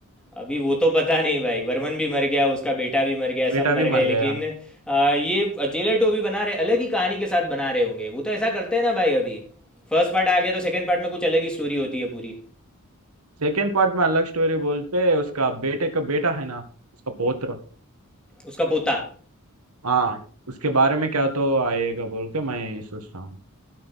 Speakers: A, in the centre; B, on the right.
A: अभी वो तो पता नहीं भाई बर्मन भी मर गया उसका बेटा भी मर गया
B: बेटा
A: सब
B: भी
A: मर गए
B: मर
A: लेकिन
B: गया
A: आ, ये जेलर टू अभी बना रहे अलग ही कहानी के साथ बना रहे होंगे वो तो ऐसा करते हैं ना भाई अभी फर्स्ट पार्ट आ गया तो सेकंड पार्ट में कुछ अलग ही स्टोरी होती है पूरी
B: सेकेंड पार्ट में अलग स्टोरी बोलते उसका बेटे का बेटा है ना उसका पोत्र
A: उसका पोता
B: हाँ उसके बारे में क्या तो आएगा बोल के मैं सोच रहा हूँ